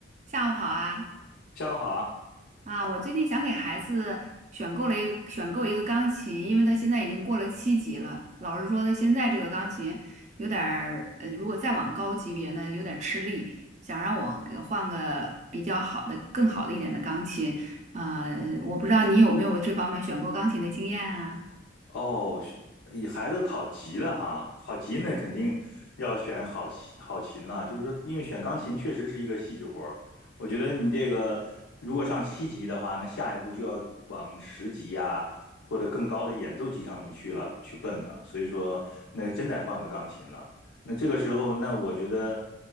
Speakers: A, on the right; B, on the left.
A: 下午好啊！
B: 下午好啊！
A: 啊，我最近想给孩子选购了一个选购一个钢琴，因为他现在已经过了七级了。老师说他现在这个钢琴有点儿，呃，如果再往高级别呢，有点儿吃力，想让我给换个比较好的、更好的一点的钢琴。呃，我不知道你有没有这方面选购钢琴的经验啊？
B: 哦，是以孩子考级了哈，考级那肯定要选好琴好琴了。就是说，因为选钢琴确实是一个细致活儿。我觉得你这个如果上七级的话，那下一步就要往十级呀、或者更高的演奏级上面去了，去奔了。所以说，那真得换个钢琴了。那这个时候，那我觉得